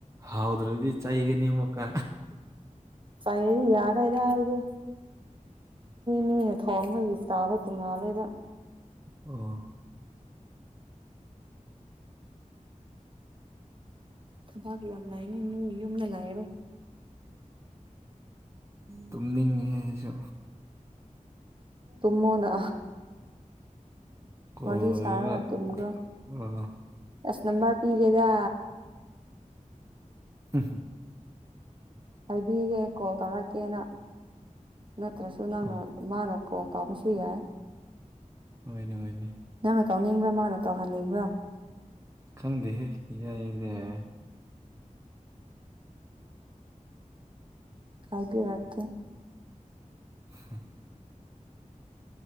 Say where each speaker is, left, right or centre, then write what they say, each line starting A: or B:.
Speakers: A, on the right; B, on the right.
A: ꯍꯥꯎꯗ꯭ꯔꯣ ꯏꯗꯤ ꯆꯥꯏꯒꯅꯤꯃꯀ
B: ꯆꯩꯔꯤ ꯌꯥꯔꯔ ꯍꯥꯏ ꯑꯗꯨ ꯃꯤꯅꯦ ꯊꯣꯡꯕꯒꯤ ꯆꯥꯕ ꯇꯨꯡꯉꯥ ꯂꯩꯕ
A: ꯑ
B: ꯊꯕꯥꯛ ꯌꯥꯝ ꯂꯥꯏꯅꯦ ꯃꯤ ꯌꯨꯝꯗ ꯂꯥꯛꯑꯔꯣ
A: ꯇꯨꯝꯅꯤꯡꯉꯤꯍꯦꯁꯨ
B: ꯇꯨꯃꯅ
A: ꯀꯣꯜ
B: ꯋꯥꯔꯤ
A: ꯂꯣꯏꯔꯒ
B: ꯁꯥꯔꯒ꯭ꯔꯣ ꯇꯨꯝꯒꯔꯣ
A: ꯑꯣ
B: ꯑꯁ ꯅꯝꯕꯔ ꯄꯤꯒꯦꯗ
A: ꯍꯝ ꯍꯝ
B: ꯍꯥꯏꯕꯤꯒꯦ ꯀꯣꯜ ꯇꯧꯔꯛꯀꯦꯅ ꯅꯠꯇ꯭ꯔꯁꯨ
A: ꯑꯣ
B: ꯅꯪꯅ ꯃꯥꯅ ꯀꯣ ꯇ ꯑꯃꯁꯁꯨ ꯌꯥꯏ
A: ꯍꯅꯦ ꯍꯣꯏꯅꯦ
B: ꯅꯪꯅ ꯇꯧꯅꯤꯡꯕ꯭ꯔꯥ ꯃꯥꯅ ꯇꯧꯍꯟꯅꯤꯡꯕ꯭ꯔꯥ
A: ꯈꯪꯗꯦꯍꯦ ꯏꯏꯔꯗꯦ ꯌꯥꯔꯦ
B: ꯑ ꯍꯥꯏꯕꯤꯔꯛꯀꯦ
A: ꯎ